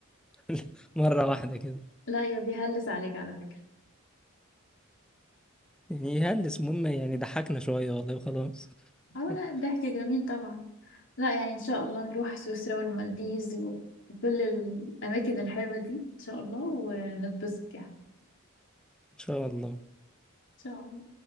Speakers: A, in the centre; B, on the left.
A: <laughs> مره واحده كده
B: لا يا بيهلس عليك على فكرة
A: يعني يهلس المهم يعني ضحكنا شويه والله وخلاص
B: اه
A: <laughs>
B: لا الضحك جميل طبعا لا يعني ان شاء الله نروح سويسرا والمالديز وكل الاماكن الحلوة دي ان شاء الله ونتبسط يعني ان
A: ان شاء الله
B: شاء الله